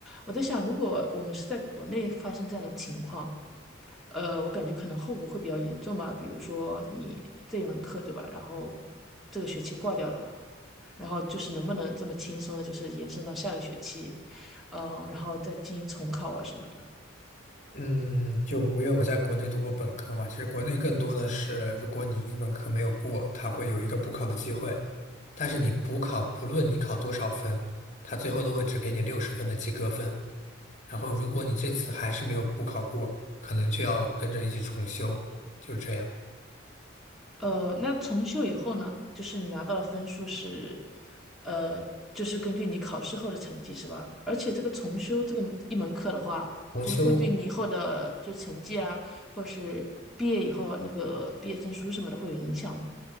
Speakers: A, in the centre; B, on the left.
A: 我在想，如果我们是在国内发生这样的情况，呃，我感觉可能后果会比较严重吧。比如说你这一门课，对吧？然后这个学期挂掉了，然后就是能不能这么轻松的，就是延伸到下个学期，嗯、然后再进行重考啊什么的。
B: 嗯，就因为我在国内读过本科嘛，其实国内更多的是，如果你一个本科没有过，它会有一个补考的机会，但是你补考，不论你考多少分，它最后都会只给你六十分的及格分。然后如果你这次还是没有补考过，可能就要跟着一起重修，就是这样。
A: 呃，那重修以后呢，就是你拿到的分数是，呃，就是根据你考试后的成绩是吧？而且这个重修这个一门课的话，
B: 重修。
A: 就是会对你以后的就成绩啊，或者是毕业以后那个毕业证书什么的会有影响吗？